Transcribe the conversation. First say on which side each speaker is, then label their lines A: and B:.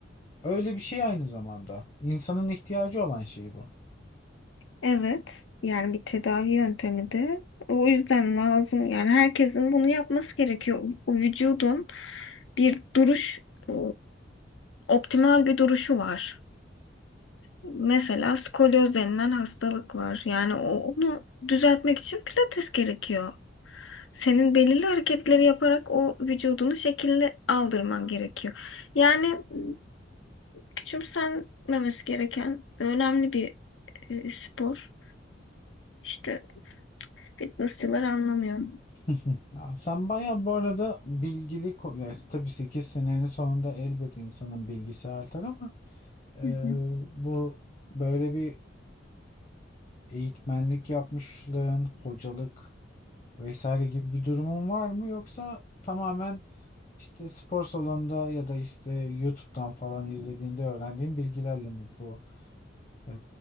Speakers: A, on the left; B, on the left.
A: öyle bir şey aynı zamanda. İnsanın ihtiyacı olan şey bu.
B: Evet. Yani bir tedavi yöntemi de o yüzden lazım. Yani herkesin bunu yapması gerekiyor. O vücudun bir duruş, e, optimal bir duruşu var. Mesela skolyoz denilen hastalık var. Yani o, onu düzeltmek için pilates gerekiyor. Senin belirli hareketleri yaparak o vücudunu şekilli aldırman gerekiyor. Yani m, küçümsenmemesi gereken önemli bir e, spor. İşte fitnessçılar anlamıyor.
A: Hı. Aa, Sen bayağı bu arada bilgili, ko- yani tabii 8 senenin sonunda elbet insanın bilgisi artar ama e,
B: Hı hı.
A: bu böyle bir eğitmenlik yapmışlığın, hocalık vesaire gibi bir durumun var mı yoksa tamamen işte spor salonunda ya da işte YouTube'dan falan izlediğinde öğrendiğin bilgilerle mi bu e,